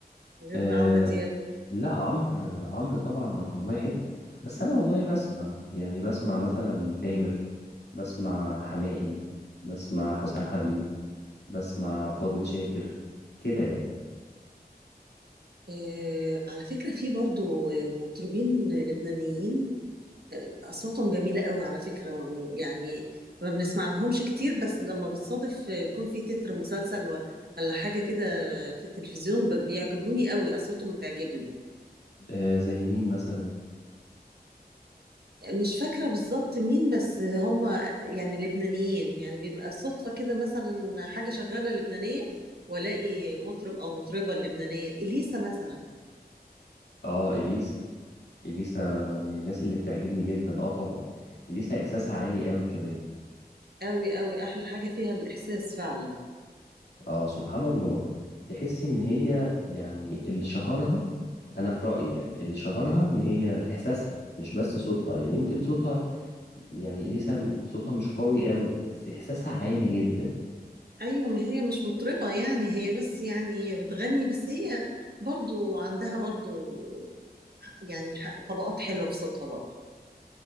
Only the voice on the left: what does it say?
أه
لا عمرو عمرو طبعا رقم واحد بس انا والله بسمع يعني بسمع مثلا تامر بسمع حماقي بسمع حسام حبيب بسمع فضل
شاكر كده يعني
أه زي مين مثلا
اه اليسا اليسا من الناس اللي بتعجبني جدا اه طبعا اليسا احساسها عالي قوي كمان
اه سبحان الله تحسي ان هي يعني اللي شهرها انا في رأيي يعني اللي شهرها ان هي احساسها مش بس صوتها يعني يمكن صوتها يعني اليسا صوتها مش قوي قوي بس احساسها عالي جدا